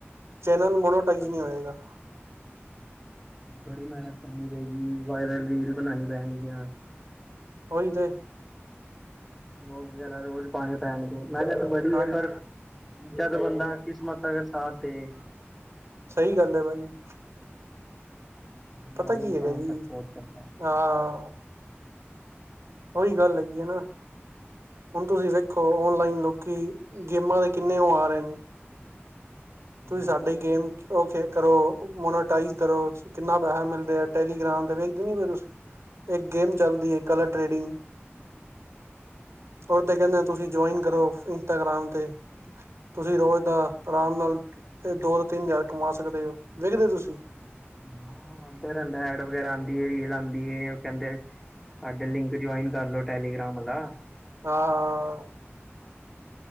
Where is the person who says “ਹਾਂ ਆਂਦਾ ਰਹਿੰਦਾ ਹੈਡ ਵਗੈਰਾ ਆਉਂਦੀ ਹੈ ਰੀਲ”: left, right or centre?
Centre